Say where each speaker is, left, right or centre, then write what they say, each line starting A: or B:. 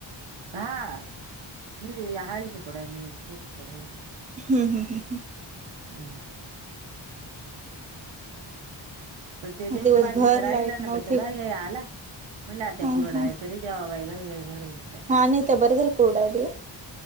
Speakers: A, on the right; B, on the right.
A: हा मी हाय हेच्या पुढे मी इथच पुढे आहे ग
B: हम्म हम्म हम्म हम्म.
A: हम् <inaudible> पण ते नेमकं
B: दिवसभर
A: बाकीचं राहिलं
B: लाईट नव्हती
A: ना पण तो घाई घाई आला म्हणलं आता
B: ह
A: कुरोड्या
B: ह
A: आहे तरी द्याव बाई. काय बाई बर हे‌.
B: हा नेतो बरं झाला कुरड्या दिल्या.